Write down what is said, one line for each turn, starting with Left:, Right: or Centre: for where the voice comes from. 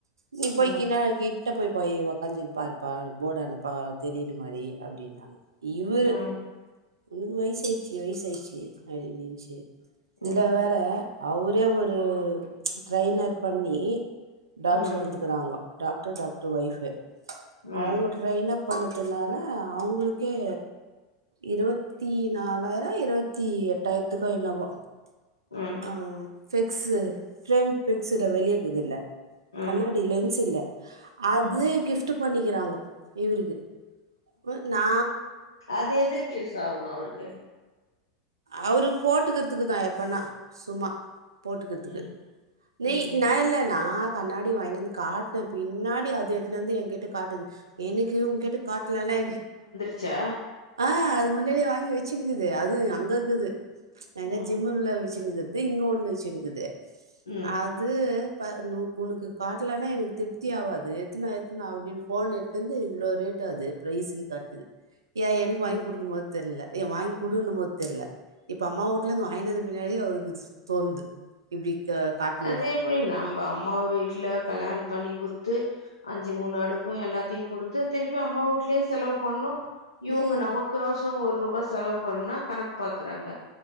Right: நீ போய்
Left: ம்
Right: கினா கிட்ட போய் போய் ஒக்காஞ்சினு பாருப்பா போர்ட ஆன ப்பா தெரியுனு மாரி அப்டின்னாங்க இவுரு
Left: ம்
Right: உன்க்கு வயசாயிச்சி வயசாயிச்சி அப்டின்ச்சி இதுல
Left: ம்
Right: வேற அவுரே ஒரு ட்ரைனர் பண்ணி டாக்ட்ரு
Left: ம்
Right: வந்துக்குறாங்கோ டாக்ட்ரு டாக்ட்ரு ஒய்ஃபு
Left: ம்
Right: அவுங்க ட்ரைனப் பண்ணதுனால அவுங்குளுக்கு ஏ இருவத்தி நாலாயிர இருவத்தி எட்டாயிரத்துக்கோ என்னவோ
Left: ம்
Right: ஆ ஃபெக்ஸு ஃப்ரேம் ஃபெக்ஸுல வெளியேக்குதுல்ல
Left: ம்
Right: கண்ணாடி லென்ஸ் இல்ல அது
Left: ம்
Right: கிஃப்ட் பண்ணிகிறாங்கோ இவுருக்கு ம் நா
Left: அது எதுக் யூஸ் ஆகு அவுருக்கு
Right: அவுரு போட்டுக்கறத்துக்கு தா எப்பண்ணா சும்மா போட்டுக்கிர்துக்கு
Left: ம்
Right: நீ
Left: ம்
Right: நா இல்ல நா கண்ணாடி வாய்னு வந்து காட்ன பின்னாடி அது எடுத்னுவந்து என் கிட்ட காட்டுது எனுக்கு உங்கிட்ட காட்லனா
Left: ச்சா
Right: ஆ அது முன்னாடியே வாங்கி வச்சுனுக்குது அது அங்க இக்குது எங்க
Left: ம்
Right: ஜிம்முல வச்சுனுக்குது இது இங்க ஒண்ணுச்சுனுக்குது
Left: ம்
Right: அது ப னுகுனுக்கு காட்லனா எனக்கு திருப்தி ஆவாது எத்ன் வா எத்ன் வா அப்டின் ஃபோன் எந்தந்து இவ்ளோ ரேட் ட்டாது பிரைஸுன்னு காட்டுது ஏ எனக்கு வாங்கி
Left: ம்
Right: குடுக்கும் போது தெர்ல ஏன் வாங்க் குடுன்னும் போது தெர்ல இப்ப அம்மா வூட்லருந்து வாய்னு வந்துட்டு மின்னாடி அவருக்கு தோன்ந்து இப்டி காட்டணுன்ட்டு
Left: அது எப்டி நம்ப அம்மா வீட்ல கல்யாணம் பண்ணி குட்த்து அஞ்சு மூணு அடுக்கூ எல்லாத்தையு குடுத்து திருப்பி அம்மா வூட்லயே செலவு பண்ணு இவுங்க
Right: ம்
Left: நமக்கோசம் ஒரு ரூபா செலவு பண்ணா கணக் பாக்குறாங்க